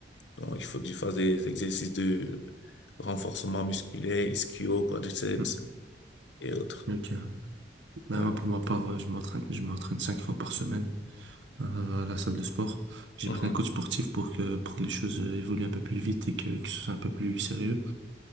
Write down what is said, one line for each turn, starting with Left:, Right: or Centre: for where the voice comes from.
Left: Donc, il faut que je fasse des exercices de renforcement musculaire, ischio, quadriceps
Right: Hmm,
Left: et autres.
Right: Ok. Ben,
Left: Ouais.
Right: moi, pour ma part, euh, je m'entraîne, je m'entraîne cinq fois par semaine euh, à la salle de sport. J'ai
Left: Mhm.
Right: pris un coach sportif pour que, pour que les choses euh, évoluent un peu plus vite et que, que ce soit un peu plus sérieux.